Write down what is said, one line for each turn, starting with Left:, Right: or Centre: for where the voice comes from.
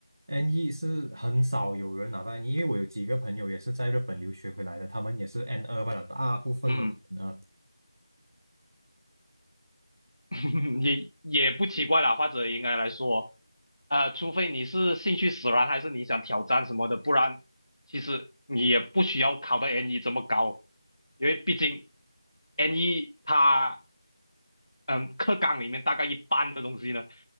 Right: NE 是很少有人拿到 NE，因为我有几个朋友也是在日本留学回来的，他们也是 n 二罢了，大部分都是
Left: 嗯嗯。
Right: n 二，
Left: <laughs> 也也不奇怪啦，或者应该来说，呃，除非你是兴趣使然，还是你想挑战什么的，不然其实你也不需要考到 N 一这么高，因为毕竟 N 一它嗯课纲里面大概一半的东西呢，